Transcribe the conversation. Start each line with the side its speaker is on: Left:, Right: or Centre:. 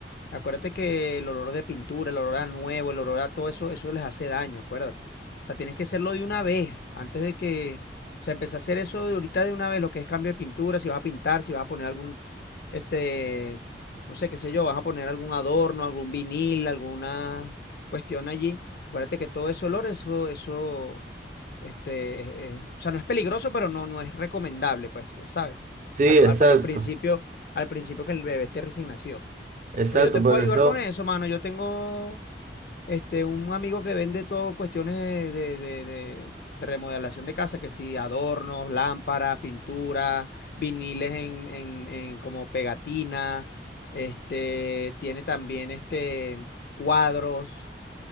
Left: acuérdate que el olor de pintura, el olor a nuevo, el olor a todo eso, eso les hace daño, acuérdate. O sea, tienes que hacerlo de una vez, antes de que, o sea, empecé a hacer eso de ahorita de una vez, lo que es cambio de pintura, si vas a pintar, si vas a poner algún, este, no sé, qué sé yo, vas a poner algún adorno, algún vinil, alguna cuestión allí. Acuérdate que todo ese olor, eso, eso. Este, eh, eh, o sea, no es peligroso, pero no, no es recomendable, pues, ya sabes.
Right: Sí,
Left: Al,
Right: exacto,
Left: al- para los principios, al principio que el bebé esté recién nacido.
Right: exacto,
Left: Pero yo te
Right: por
Left: puedo ayudar
Right: eso,
Left: con eso, mano. Yo tengo este, un amigo que vende todo cuestiones de, de, de- de- de remodelación de casa, que si adornos, lámparas, pinturas, viniles en, en, en como pegatinas, este, tiene también este cuadros.